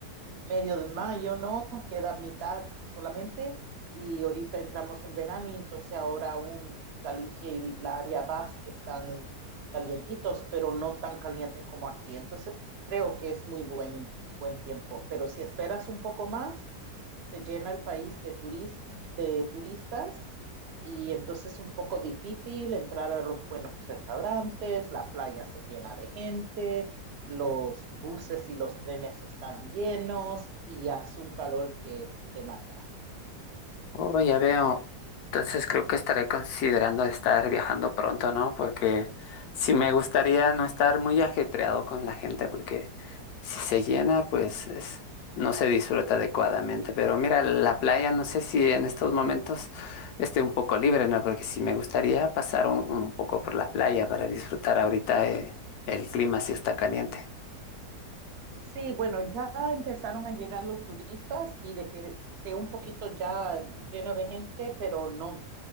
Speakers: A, on the right; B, on the left.
A: medio de mayo, ¿no? Queda mitad solamente y ahorita entramos en verano y entonces ahora aún Galicia y la área basque están calientitos, pero no tan caliente como aquí. Entonces creo que es muy buen, buen tiempo, pero si esperas un poco más, se llena el país de, turis, de turistas y entonces es un poco difícil entrar a los buenos restaurantes, la playa se llena de gente, los buses y los trenes están llenos y hace un calor que te mata.
B: Oh, ya veo. Entonces creo que estaré considerando estar viajando pronto, ¿no? Porque sí me gustaría no estar muy ajetreado con la gente, porque Si se llena, pues es- no se disfruta adecuadamente. Pero mira, la playa no sé si en estos momentos esté un poco libre, ¿no? Porque sí me gustaría pasar un, un poco por la playa para disfrutar ahorita eh, el clima si está caliente.
A: Sí, bueno, ya empezaron a llegar los turistas y de que esté un poquito ya lleno de gente, pero no,